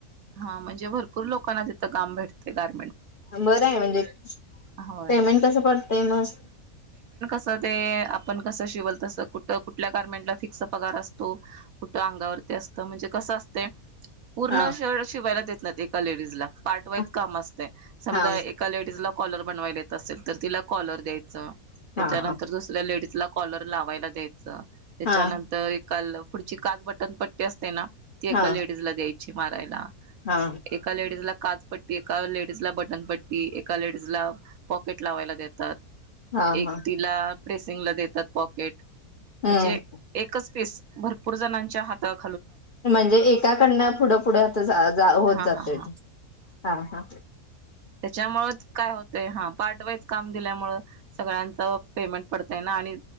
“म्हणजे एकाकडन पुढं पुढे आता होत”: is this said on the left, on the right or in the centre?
Left